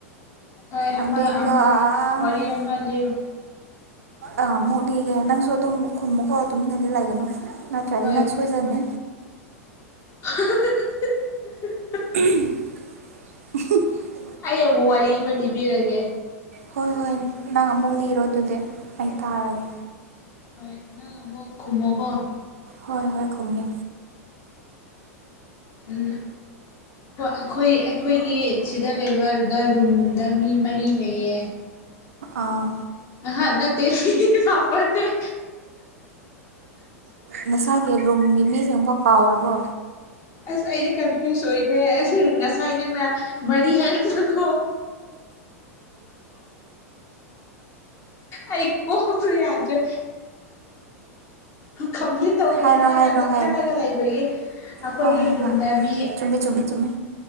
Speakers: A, on the left; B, on the right.
A: ꯍꯣꯏ ꯑꯃ
B: ꯑꯗꯨꯒ
A: ꯑꯃꯨꯛ
B: ꯑꯥ
A: ꯋꯥꯔꯤ ꯑꯃ ꯂꯤꯔꯨ
B: ꯑꯥ ꯑꯃꯨꯛ ꯂꯤꯒꯦ ꯅꯪꯁꯨ ꯑꯗꯨꯝ ꯈꯨꯝꯃꯨꯛꯀꯧ ꯇꯨꯃꯤꯟꯅꯗꯤ ꯂꯩꯒꯅꯨ ꯅꯠꯇ꯭ꯔꯗꯤ
A: ꯍꯣꯏ
B: ꯅꯪ ꯁꯣꯏꯖꯅꯦ
A: <inaudible>
B: <inaudible>
A: ꯑꯩ ꯑꯃꯨꯛ ꯋꯥꯔꯤ ꯑꯃ ꯂꯤꯕꯤꯔꯒꯦ
B: ꯍꯣꯏ ꯍꯣꯏ ꯅꯪ ꯑꯃꯨꯛ ꯂꯤꯔꯣ ꯑꯗꯨꯗꯤ ꯑꯩ ꯇꯥꯔꯒꯦ
A: ꯍꯣꯏ ꯅꯪ ꯑꯃꯨꯛ ꯈꯨꯃꯣꯒꯣ
B: ꯍꯣꯏ ꯍꯣꯏ ꯈꯨꯝꯒꯦ
A: ꯎꯝ ꯑꯩꯈꯣꯏ ꯑꯩꯈꯣꯏꯒꯤ ꯁꯤꯗ ꯂꯩꯕꯗ ꯔꯨꯝꯗ ꯃꯤ ꯃꯔꯤ ꯂꯩꯌꯦ
B: ꯑꯥ
A: ꯍꯥ ꯅꯠꯇ ꯃꯥꯄꯟꯅꯦꯦ
B: ꯅꯁꯥꯒꯤ ꯔꯨꯝꯒꯤ ꯃꯤꯁꯤꯡꯐꯥꯎ ꯀꯥꯎꯔꯕꯣ
A: ꯑꯁ ꯑꯩꯗꯤ ꯀꯟꯐ꯭ꯌꯨꯁ ꯑꯣꯏꯈ꯭ꯔꯦ ꯑꯁ ꯉꯁꯥꯏ ꯅꯪꯅ ꯃꯔꯤ ꯍꯥꯏꯔꯛꯈꯤꯕꯗꯣ ꯑꯩ ꯄꯣꯛꯄꯁꯨ ꯌꯥꯗ꯭ꯔꯦ ꯀꯝꯄ꯭ꯂꯤꯠ ꯇꯧꯒꯅꯤ
B: ꯍꯥꯏꯔꯣ
A: ꯍꯥꯏꯅ
B: ꯍꯥꯏꯔꯣ
A: ꯑꯗꯨꯝ
B: ꯍꯥꯏꯔꯣ
A: ꯈꯜꯂꯒ ꯂꯩꯕꯒꯤ ꯑꯩꯈꯣꯏꯒꯤ
B: ꯍꯣꯏ ꯍꯣꯏ
A: ꯔꯨꯝꯗ
B: ꯍꯣꯏ
A: ꯃꯤ
B: ꯆꯨꯝꯃꯤ ꯆꯨꯝꯃꯤ ꯆꯨꯝꯃꯤ